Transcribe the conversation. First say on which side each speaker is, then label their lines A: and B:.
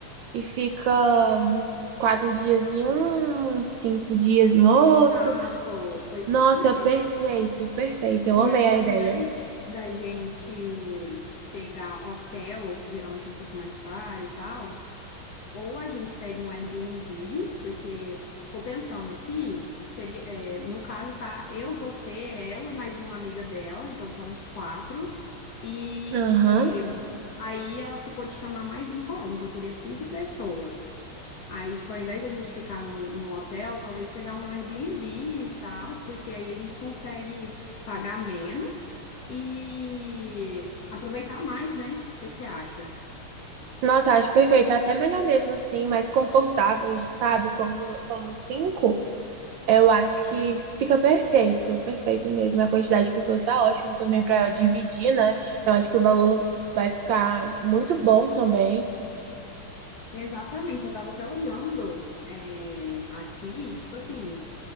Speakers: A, on the right (about 70°); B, on the left (about 65°).
A: e fica uns quatro dias em um, uns cinco dias em outro.
B: Exato, foi isso
A: Nossa,
B: que eu pensei.
A: perfeito, perfeito. Eu
B: E
A: amei
B: aí,
A: a
B: ao
A: ideia.
B: invés da gente pegar hotel, que geralmente é um pouquinho mais caro e tal, Ou a gente pega um Airbnb, porque tô pensando aqui, seria, é, no caso, tá eu, você, ela, mais uma amiga dela, então somos quatro. E
A: Aham.
B: aí ela ficou de chamar mais uma colega, então seria cinco pessoas. Aí, tipo, ao invés da gente ficar num, num hotel, talvez pegar um Airbnb e tal, porque aí a gente consegue pagar menos e aproveitar mais, né? O que que você acha?
A: Nossa, acho perfeito. É Até melhor mesmo assim, mais confortável, sabe? Como somos cinco. Eu acho que fica perfeito, perfeito mesmo. A quantidade de pessoas tá ótima também para dividir, né? Eu acho que o valor vai ficar muito bom também.
B: Exatamente, eu tava até olhando é, aqui, tipo assim,